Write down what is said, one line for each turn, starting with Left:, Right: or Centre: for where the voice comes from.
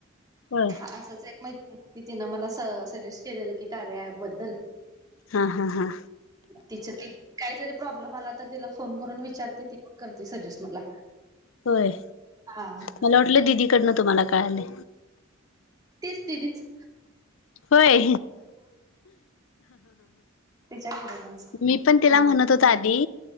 Left: होय
Right: असच एक मैत्री मी तिनं मला स सजेस्ट केलेलं की, कार्याअॅपबद्दल.
Left: हा हा हा.
Right: तिच काही जरी प्रॉब्लेम आला. तर तिला फोन करून विचारते ती, पण करते सजेस्ट मला.
Left: होय
Right: आं..
Left: मला वाटलं दिदीकडनं तुम्हाला कळालय.
Right: तीच दीदीच.
Left: होय,
Right: तिच्याकडूनच हा
Left: मी पण तिला म्हणत होतो. चा धी